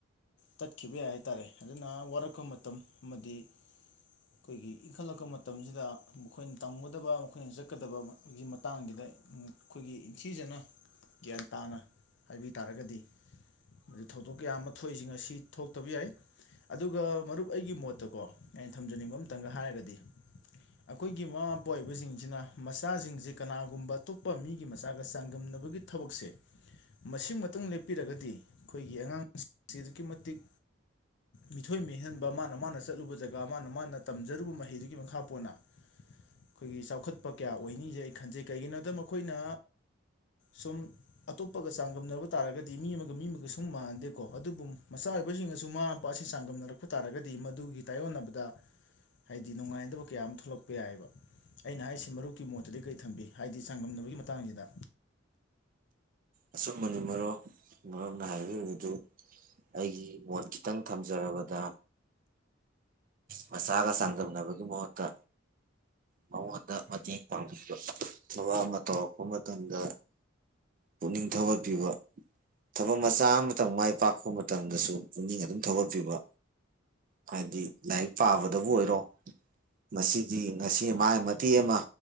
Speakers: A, on the left; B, on the right.
A: ꯇꯠꯈꯤꯕ ꯌꯥꯏ ꯍꯥꯏꯇꯥꯔꯦ ꯑꯗꯨꯅ ꯋꯥꯔꯛꯄ ꯃꯇꯝ ꯑꯃꯗꯤ ꯑꯩꯈꯣꯏꯒꯤ ꯏꯟꯈꯠꯂꯛꯄ ꯃꯇꯝꯁꯤꯗ ꯃꯈꯣꯏꯅ ꯇꯝꯒꯗꯕ ꯃꯈꯣꯏꯅ ꯆꯠꯀꯗꯕꯒꯤ ꯃꯇꯥꯡꯁꯤꯗ ꯑꯩꯈꯣꯏꯒꯤ ꯏꯟꯊꯤꯖꯅ ꯒ꯭ꯌꯥꯟ ꯇꯥꯅ ꯍꯥꯏꯕꯤ ꯇꯥꯔꯒꯗꯤ ꯃ ꯊꯧꯗꯣꯛ ꯀꯌꯥ ꯑꯃ ꯊꯣꯛꯏꯁꯤꯡ ꯑꯁꯤ ꯊꯣꯛꯇꯕ ꯌꯥꯏ ꯑꯗꯨꯒ ꯃꯔꯨꯞ ꯑꯩꯒꯤ ꯃꯣꯠꯇꯀꯣ ꯑꯩꯅ ꯊꯝꯖꯅꯤꯡꯕ ꯑꯃꯇꯪꯒ ꯍꯥꯏꯔꯒꯗꯤ ꯑꯩꯈꯣꯏꯒꯤ ꯃꯃꯥ ꯃꯄꯥ ꯑꯣꯏꯕꯁꯤꯡꯁꯤꯅ ꯃꯆꯥꯁꯤꯡꯁꯦ ꯀꯅꯥꯒꯨꯝꯕ ꯑꯇꯣꯞꯄ ꯃꯤꯒꯤ ꯃꯆꯥꯒ ꯆꯥꯡꯗꯝꯅꯕꯒꯤ ꯊꯕꯛꯁꯦ ꯃꯁꯤꯃꯛꯇꯪ ꯂꯦꯞꯄꯤꯔꯒꯗꯤ ꯑꯩꯈꯣꯏꯒꯤ ꯑꯉꯥꯡꯁꯤꯡꯁꯤ ꯑꯗꯨꯛꯀꯤ ꯃꯇꯤꯛ ꯃꯤꯊꯣꯏ ꯃꯤꯍꯦꯟꯕ ꯃꯥꯅ ꯃꯥꯅ ꯆꯠꯂꯨꯕꯗ ꯖꯒꯥ ꯃꯥꯅ ꯃꯥꯅ ꯇꯝꯖꯔꯨꯕ ꯃꯍꯩ ꯐꯗꯨꯒꯤ ꯃꯈꯥ ꯄꯣꯟꯅ ꯑꯩꯈꯣꯏꯒꯤ ꯆꯥꯎꯈꯠꯄ ꯀꯌꯥ ꯑꯣꯏꯅꯤꯁꯦ ꯑꯩ ꯈꯟꯖꯩ ꯀꯩꯒꯤꯅꯣꯗ ꯃꯈꯣꯏꯅ ꯁꯨꯝ ꯑꯇꯣꯞ ꯍꯥꯄꯒ ꯆꯥꯡꯗꯝꯅꯕ ꯇꯥꯔꯒꯗꯤ ꯃꯤ ꯑꯃꯒ ꯃꯤ ꯑꯃꯒ ꯁꯨꯝ ꯃꯥꯟꯅꯗꯦꯀꯣ ꯑꯗꯨꯕꯨ ꯃꯆꯥ ꯑꯣꯏꯕꯁꯤꯡꯒꯁꯨ ꯃꯃ ꯃꯄꯥ ꯑꯁꯤ ꯆꯥꯡꯗꯝꯅꯔꯛꯄ ꯇꯥꯔꯒꯗꯤ ꯃꯗꯨꯒꯤ ꯇꯥꯏꯌꯣꯟꯅꯕꯗ ꯍꯥꯏꯗꯤ ꯅꯨꯡꯉꯥꯏꯗꯕ ꯀꯌꯥ ꯑꯃ ꯊꯣꯛꯂꯛꯄ ꯌꯥꯏꯑꯕ ꯑꯩꯅ ꯍꯥꯏꯁꯤ ꯃꯔꯨꯞꯀꯤ ꯃꯣꯠꯇꯗꯤ ꯀꯔꯤ ꯊꯝꯕꯤ ꯍꯥꯏꯗꯤ ꯆꯥꯡꯗꯝꯅꯕꯒꯤ ꯃꯇꯥꯡꯁꯤꯗ
B: ꯑꯆꯨꯝꯕꯅꯤ ꯃꯔꯣ ꯃꯔꯝꯅ ꯍꯥꯏꯔꯤꯕꯗꯨ ꯑꯩꯒꯤ ꯃꯣꯠ ꯈꯤꯇꯪ ꯊꯝꯖꯔꯕꯗ ꯃꯁꯥꯒ ꯆꯥꯡꯗꯝꯅꯕꯒꯤ ꯃꯍꯨꯠꯇ ꯃꯉꯣꯟꯗ ꯃꯇꯦꯡ ꯄꯥꯡꯕꯤꯕ ꯊꯕꯛ ꯑꯃ ꯇꯧꯔꯛꯄ ꯃꯇꯝꯗ ꯄꯨꯛꯅꯤꯡ ꯊꯧꯒꯠꯄꯤꯕ ꯊꯕꯛ ꯃꯆꯥ ꯑꯃꯇꯪ ꯃꯥꯏ ꯄꯥꯛꯄ ꯃꯇꯝꯗꯁꯨ ꯄꯨꯛꯅꯤꯡ ꯑꯗꯨꯝ ꯊꯧꯒꯠꯄꯤꯕ ꯍꯥꯏꯗꯤ ꯂꯥꯏꯔꯤꯛ ꯄꯥꯕꯗꯕꯨ ꯑꯣꯏꯔꯣ ꯃꯁꯤꯗꯤ ꯉꯁꯤ ꯃꯥꯒꯤ ꯃꯇꯦꯛ ꯑꯃ